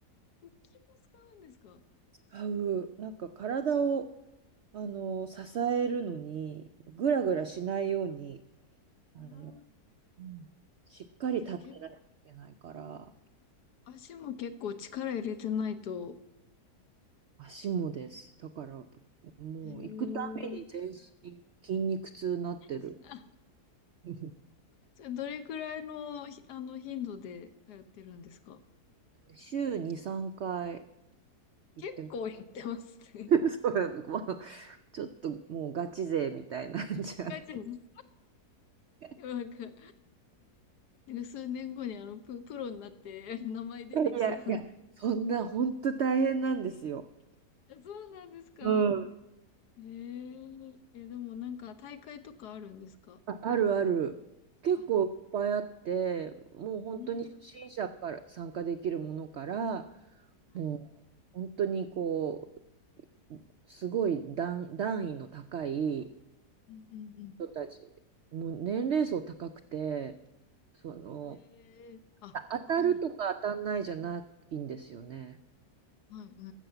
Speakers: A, on the left; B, on the right.
A: 腹筋も使うんですかあ
B: 使うなんか体をあの、支えるのに、ぐらぐらしないように、あの、
A: あ。
B: うんしっかり立ってないといけないから、
A: じゃあ、け、足も結構力入れてないと。
B: 足もです。だから、もう行くために全身筋肉痛になってる。
A: へえ。<laughs> あ
B: <laughs>
A: それどれくらいの、ひあの頻度で通ってるんですか
B: 週2、3回行ってま
A: 結構やってますね。
B: す <laughs> そうもうちょっともうガチ勢みたいになっちゃっ
A: 書いてます。
B: て。
A: なんか、なんか数年後にあのプ、プロになって名前出てきそう。
B: いやいや、いやそんな、本当大変なんですよ。
A: えそうなんですか
B: うん
A: えー、え、でもなんか大会とかあるんですか
B: あ、あるある。結構いっぱいあって、
A: あ、
B: もう本当に初心者から参加できるものから、
A: うん。はい。
B: もう本当にこう、すごい段、段位の高い
A: うんうん
B: 人たち、もう年齢層高くて、その、
A: うん。えー、あ、
B: あ当たるとか当たんないじゃないんですよね。
A: かわいい。はい、はい、うん